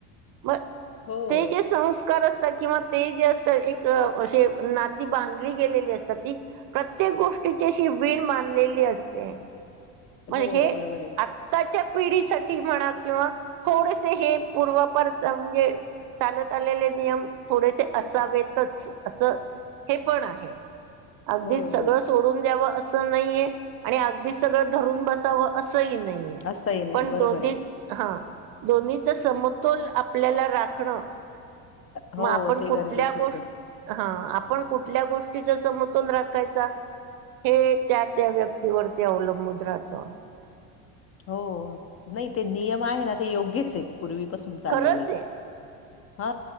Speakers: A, on the right; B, on the left.
A: मग
B: हो,
A: ते जे संस् कार असतात किंवा ते जे असतात एक असे नात ती बांधली गेलेली असतात. ती प्रत्येक गोष्टीचीशी वीण बांधलेली असते. मग
B: हो.
A: हे
B: बरोबर आहे.
A: आत त्याच्या पिढीसाठी म्हणा किंवा थोडसे हे पूर्वपर म्हणजे चालत आलेले नियम थोडेसे असावेतच असं हे पण आहे अगदीच
B: हो,
A: सगळं
B: हो.
A: सोडून द्यावं असं नाहीये आणि अगदीच सगळं धरून बसावं असं ह नाहीे
B: असंही नाही.
A: पण
B: बरोबर
A: दोनी
B: आहे.
A: हा दोन्हीचा समतोल आपल्याला राखणं
B: हो,
A: मग आपण
B: ते
A: कुठल्या
B: गरजेचंच
A: गोष्ट
B: आहे.
A: हा आपण कुठल्या गोष्टींचा समतोल राखायचा. हे त्या त्या व्यक्तीवरती अवलंबून राहत.
B: हो नाही ते नियम आहे. ना ते योग्यच आहे. पूर्वीपासून चाललेले.
A: खरंच आहे
B: हा